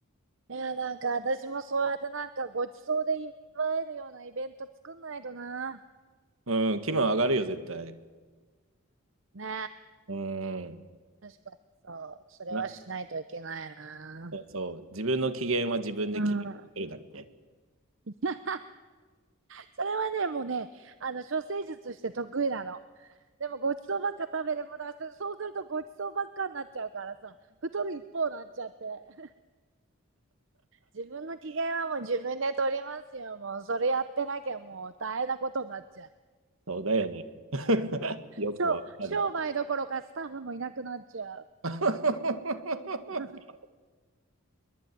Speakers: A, on the right (about 60°); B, on the right (about 75°).
A: いや、なんか私もそうやってなんかごちそうで祝えるようなイベント作んないとな。
B: う。うん、気分上がるよ、絶対。
A: ね
B: うん。
A: え、確かにそう。それはしないといけないな。
B: な、そうそう。自分の機嫌は自分で決めるだっけ。
A: うん。<laughs> それはね、もうね、あの、処世術して得意なの。でもごちそうばっか食べてもだからそそうするとごちそうばっかになっちゃうからさ太る一方になっちゃって <laughs> 自分の機嫌はもう自分で取りますよもうそれやってなきゃもう大変なことになっちゃう
B: そうだよね。<laughs> よくわかる。
A: 商商売どころかスタッフもいなくなっちゃう
B: <laughs>
A: <laughs>